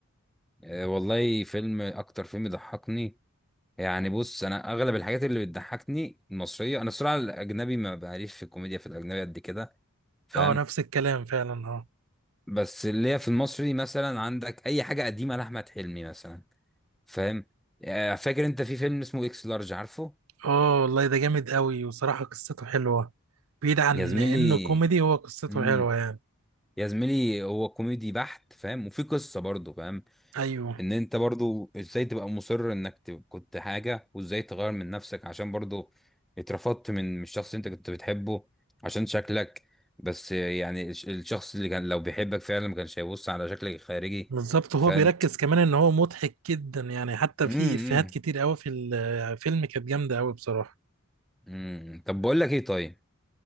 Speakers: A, in the centre; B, on the right.
A: أه والله فيلم اكتر فيلم ضحكني يعني بص انا اغلب الحاجات اللي بتضحكني المصريه انا الصراحه الاجنبي ما بعرفش في الكوميديا في الاجنبي قد كده فاهم
B: أه نفس الكلام فعلا أه
A: بس اللي هي في المصري مثلا عندك اي حاجه قديمه لاحمد حلمي مثلا فاهم آه، فاكر انت في فيلم اسمه اكس لارج عارفه
B: أه والله ده جامد قوي وصراحة قصته حلوة بعيد عن
A: يا زميلي
B: إنه كوميدي هو قصته
A: امم
B: حلوة يعني
A: يا زميلي هو كوميدي بحت فاهم وفي قصه برضه فاهم
B: ايوه
A: ان انت برضه ازاي تبقى مصر انك تب- كنت حاجه وازاي تغير من نفسك عشان برضه اترفضت من من الشخص اللي انت كنت بتحبه عشان شكلك بس يعني الش- الشخص اللي كان لو بيحبك فعلا ما كانش هيبص على شكلك الخارجي
B: بالظبط هو
A: فاهم
B: بيركز كمان ان هو مضحك جدا يعني حتى
A: امم
B: في افيهات كتير قوي في الفيلم كانت جامده قوي بصراحه
A: امم طب بقول لك ايه طيب